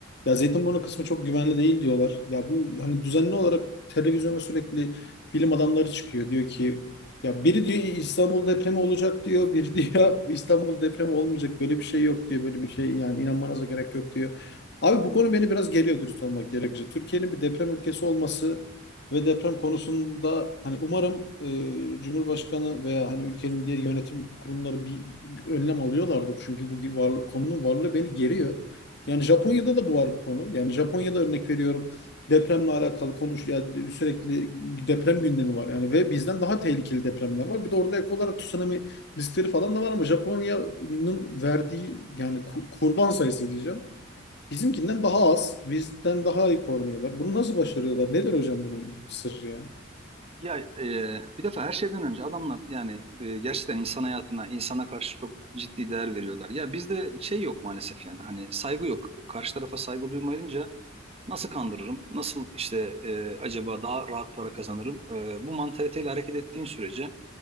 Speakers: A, on the left (about 60°); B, on the right (about 30°).
A: Ya Zeytinburnu kısmı çok güvenli değil diyorlar. Ya bu hani düzenli olarak televizyona sürekli bilim adamları çıkıyor diyor ki ya biri diyor İstanbul depremi olacak diyor, biri diyor İstanbul depremi olmayacak böyle bir şey yok diyor böyle bir şey yani inanmanıza gerek yok diyor. Abi bu konu beni biraz geriyor dürüst olmak gerekirse. Türkiye'nin bir deprem ülkesi olması ve deprem konusunda hani umarım e, Cumhurbaşkanı veya hani ülkenin diğer yönetim kurumları bir önlem alıyorlardır. Çünkü bu var, konunun varlığı beni geriyor. Yani Japonya'da da bu var bu konu. Yani Japonya'da örnek veriyorum depremle alakalı konuş yani sürekli deprem gündemi var. Yani ve bizden daha tehlikeli depremler var. Bir de orada ek olarak tsunami riskleri falan da var ama Japonya'nın verdiği yani ku- kurban sayısı diyeceğim. Bizimkinden daha az, bizden daha iyi korunuyorlar. Bunu nasıl başarıyorlar? Nedir hocam bunun sırrı ya?
B: Ya e, bir defa her şeyden önce adamlar yani e, gerçekten insan hayatına, insana karşı çok ciddi değer veriyorlar. Ya bizde şey yok maalesef yani hani saygı yok. Karşı tarafa saygı duymayınca nasıl kandırırım, nasıl işte e, acaba daha rahat para kazanırım? E, bu mantaliteyle hareket ettiğin sürece